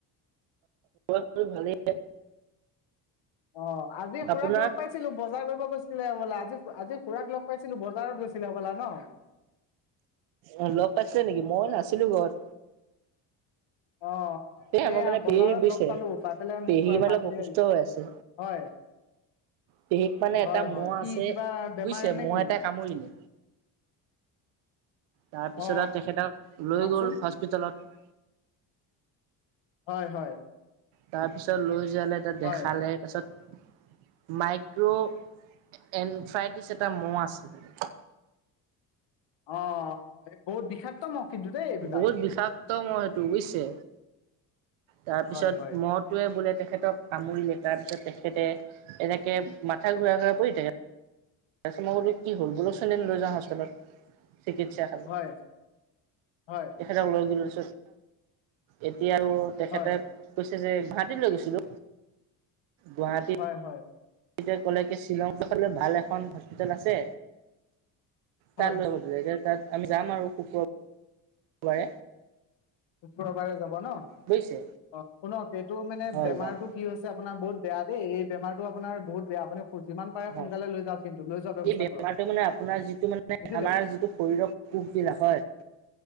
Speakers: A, on the right (about 80°); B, on the left (about 65°).
A: <inaudible> ভালেই।
B: অ' আজি
A: আপোনাৰ
B: খুৰাক লগ পাইছিলো বজাৰ কৰিব গৈছিলে হবলা। আজি আজি খুৰাক লগ পাইছিলো, বজাৰত গৈছিলে হবলা ন'?
A: অ' লগ পাইছিলে নেকি? মই নাছিলো ঘৰত।
B: অ'।
A: এই আমাৰ
B: এইয়া
A: মানে
B: বজাৰত
A: পেহী বুজিছে
B: লগ পালো, পাই পেলাই
A: পেহী
B: মোক
A: মানে
B: মাতি
A: অসুস্থ
B: আহিলে,
A: হৈ আছে
B: হয়।
A: পেহীক মানে
B: হয়
A: এটা
B: হয়
A: ম'হ
B: কি
A: আছে
B: কিবা বেমাৰ
A: বুইছে,
B: নে
A: ম'হ
B: কি
A: এটাই কামুৰিলে। তাৰপিছত
B: অ
A: আৰু তেখেতক লৈ
B: কওকচোন
A: গ'ল হস্পিতলত।
B: হয় হয়।
A: তাৰ পিছত লৈ যোৱালে তাত দেখালে
B: হয়
A: তাৰ পিছত মাইক্ৰ' এনফ্ৰাইটিছ এটা ম'হ আছে বুলি।
B: অ এই বহুত বিষাক্ত ম'হ কিন্তু দেই। এইবিলাক
A: বহুত বিষাক্ত ম'হ সেইটো বুজিছে তাৰপিছত
B: হয় হয়
A: ম টোৱে বোলে তেখেতক কামুৰিলে তাৰ পিছত তেখেতে এনেকে মাথা ঘূৰাই ঘূৰাই পৰি থাকে তাৰ পিছত মই বোলো কি হ'ল ব'লক চোন লৈ যাওঁ হস্পিতেলত চিকিৎসা খালো
B: হয় হয়
A: তেখেতক লৈ গোত এতিয়া তেখেতে
B: হয়
A: কৈছে যে গুৱাহাটীত লৈ গৈছিলো গুৱাহাটী
B: হয় হয়
A: এতিয়া ক'লে কি শ্বিলং পাষলৈ ভাল এখন হস্পিতেল আছে
B: হয়
A: তাৰ ৰেকে তাত আমি যাম আৰু শুক্ৰ গ'লে।
B: শুক্ৰবাৰে যাব ন
A: বুজিছে
B: অ শুনক এইটো মানে
A: হয়
B: বেমাৰটো
A: যাম
B: কি হৈছে আপোনাৰ বহুত বেয়া দেই এই বেমাৰো আপোনাৰ বহুত বেয়া আপুনি যিমান পাৰে
A: হয়
B: সোনকালে লৈ যাওক কিন্তু লৈ যোৱাৰ ব্যৱস্থা
A: এই বেমাৰটো
B: কৰক
A: মানে আপোনাৰ যিটো মানে
B: বুজিলে
A: আমাৰ যিটো শৰীৰৰ পোকবিলাক হয়